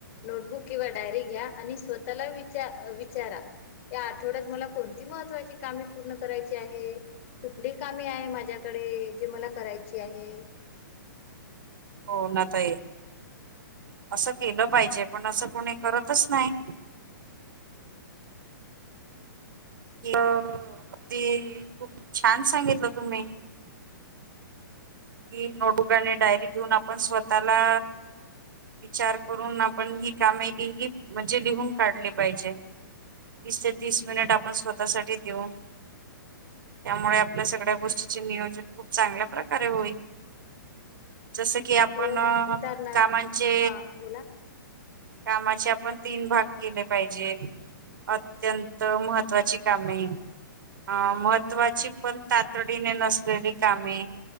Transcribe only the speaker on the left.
नोटबुक किंवा डायरी घ्या आणि स्वतःला विचार विचारा. या आठवड्यात मला कोणती महत्त्वाची कामे पूर्ण करायची आहे. कुठली कामे आहे माझ्याकडे जे मला करायची आहे.
हो ना उदाहरणा
हा बोला